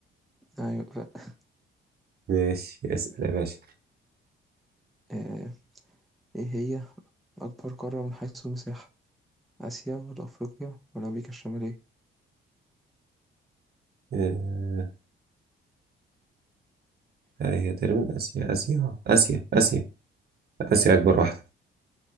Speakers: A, in the centre; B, on the right (about 50°).
A: أيوة ف...
B: ماشي اسأل يا باشا
A: آه، إيه هي أكبر قارة من حيث المساحة آسيا ولا أفريقيا ولا أمريكا الشمالية
B: آه لا، هي تقريبا آسيا آسيا آه، آسيا آسيا آسيا أكبر واحدة